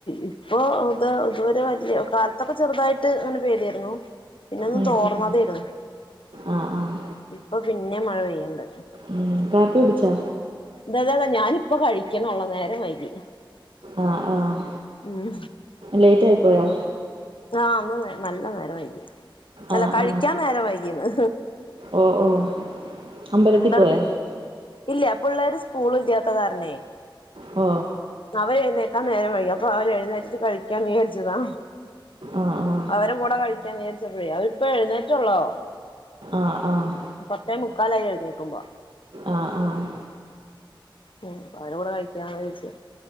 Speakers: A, on the left; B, on the right.
A: ഇപ്പൊ ഇത് ഇതുവരെ വലിയ കാലത്തൊക്കെ ചെറുതായിട്ട് അങ്ങനെ പെയ്തിരുന്നു പിന്ന ഒന്നു
B: ഉം
A: തോർന്നതെയിരുന്നു
B: ഉം ആഹ് ആഹ്
A: ഇപ്പൊ പിന്നെ മഴ പെയ്യണ്ട്
B: ഉം കാപ്പി കുടിച്ചാ
A: ഇതേ ഇതാ ഞാനിപ്പ കഴിക്കണള്ളു നേരം വൈകി
B: ആഹ ആഹ
A: ഉം
B: ലേറ്റ് ആയി പോയോ
A: ആഹ അന്ന് നല്ല നേരം വൈകി നല്ല
B: ആഹ്
A: കഴിക്കാൻ
B: ആഹ്
A: നേരം വൈകിന്ന്
B: ഓ ഓ അമ്പലത്തിൽ
A: എന്താ
B: പോയോ
A: ഇല്ല പിള്ളേര് സ്കൂള് ഇല്ലാത്ത കാരനേ
B: ഓ
A: അവരെ എഴുന്നേക്കാൻ നേരം വൈകി അപ്പൊ അപ്പ അവരെഴുന്നേറ്റിട്ട് കഴിക്കാൻ വിചാരിച്ചതാ
B: ആഹ ആഹ
A: അവരെ കൂടെ കഴിക്കാൻ നീരിച്ചപ്പോഴേ അവ ഇപ്പ എഴുന്നേറ്റള്ളോ
B: ആഹ് ആഹ്
A: പത്തേ മുക്കാലായി എഴുന്നേക്കുമ്പ
B: ആഹ് ആഹ്
A: ഹ്മ്മ് അവര കൂടെ കഴിക്കാ വിളിച്ച്